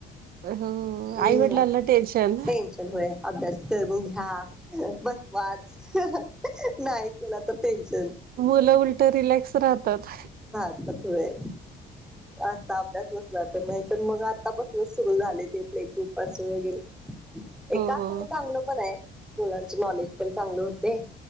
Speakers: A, on the right (about 60°); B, in the centre.
A: हो
B: हम्म
A: आईवडलां ना टेन्शन
B: टेन्शन हो अभ्यास करून घ्या बस वा. नाही केला तर पेन्शन
A: मुलं उलट रिलॅक्स राहतात.
B: तत आहे. असता अभ्यास नसला तर नाही तरर मग आत्तापासूनच सुरू झाले ते पले ग्रुपसून वगैरे
A: हो
B: एका अर्थाने
A: हो
B: चांगलं पण आहे मुलांची नॉलेज पण चांगलं होते.